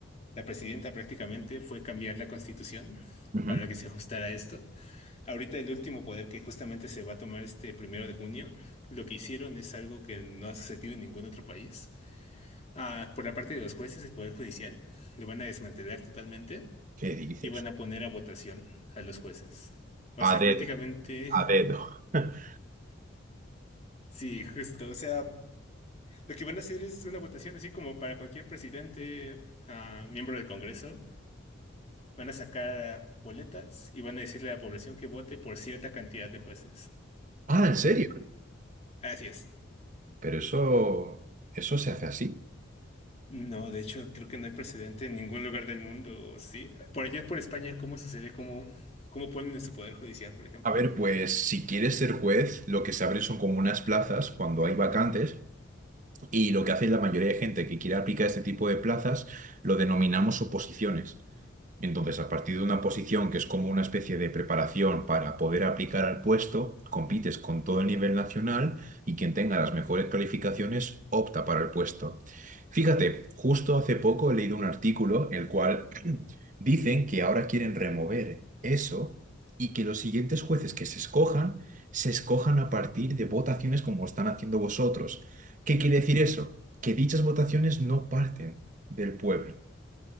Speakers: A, on the left; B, on the right.
A: La presidenta prácticamente fue cambiar la constitución
B: Ujú.
A: para que se ajustara a esto. Ahorita el último poder que justamente se va a tomar este primero de junio, lo que hicieron es algo que no ha sucedido en ningún otro país. Ah, por la parte de los jueces, el poder judicial, lo van a desmantelar totalmente
B: ¿Qué dices?
A: y van a poner a votación a los jueces. O
B: A
A: sea,
B: dedo,
A: prácticamente,
B: a dedo. <laughs>
A: sí, justo. O sea, lo que van a hacer es una votación así como para cualquier presidente, ah, miembro del Congreso. Van a sacar boletas y van a decirle a la población que vote por cierta cantidad de jueces.
B: Ah, ¿en serio?
A: Mm, así es.
B: Pero eso, eso se hace así.
A: No, de hecho, creo que no hay precedente en ningún lugar del mundo, ¿sí? Por allá por España, ¿cómo sucede? ¿Cómo, cómo ponen su poder judicial, por ejemplo?
B: A ver, pues si quieres ser juez, lo que se abren son como unas plazas cuando hay vacantes y lo que hace la mayoría de gente que quiere aplicar este tipo de plazas lo denominamos oposiciones. Entonces, a partir de una posición que es como una especie de preparación para poder aplicar al puesto, compites con todo el nivel nacional y quien tenga las mejores calificaciones opta para el puesto. Fíjate, justo hace poco he leído un artículo el cual <clears throat> dicen que ahora quieren remover eso y que los siguientes jueces que se escojan se escojan a partir de votaciones como están haciendo vosotros. ¿Qué quiere
A: <laughs>
B: decir eso? Que dichas votaciones no parten del pueblo